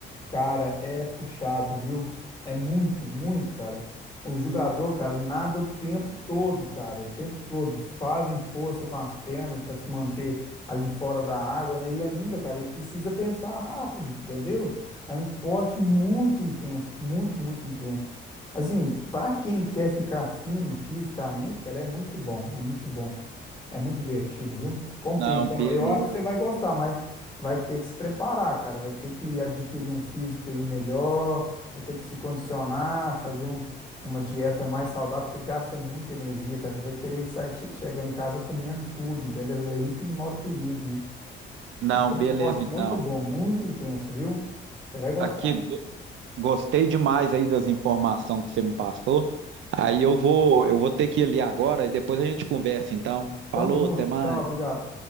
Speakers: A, on the left (about 20°); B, on the right (about 70°).
A: Cara, é puxado, viu? É muito, muito, cara. Os
B: Hum,
A: jogadores, cara, nadam o tempo todo, cara, o tempo todo. Fazem força com as pernas para se manter ali fora da água, né? E ainda, cara, ele precisa pensar rápido, entendeu? É um esporte muito intenso, muito, muito intenso. Assim, para quem quer ficar fino fisicamente, cara, é muito bom, é muito bom. É muito divertido, viu? Compensa.
B: Não,
A: Ó,
B: beleza.
A: Eu acho que você vai gostar, mas vai ter que se preparar, cara. Vai ter que adquirir um físico aí melhor, vai ter que se condicionar, fazer um- uma dieta mais saudável, porque gasta muita energia, cara. Você vai querer sair, che- chegar em casa comendo tudo, entendeu? E é aí que mora o perigo, né?
B: Não,
A: Mas é um
B: beleza,
A: esporte
B: então.
A: muito bom, muito intenso, viu? Você vai gostar.
B: Aqui, go- gostei demais aí das informações que você me passou. Aí eu vou, eu vou ter que ir ali agora e depois a gente conversa, então. Falou,
A: Tamo junto.
B: até mais.
A: Tchau, obrigado.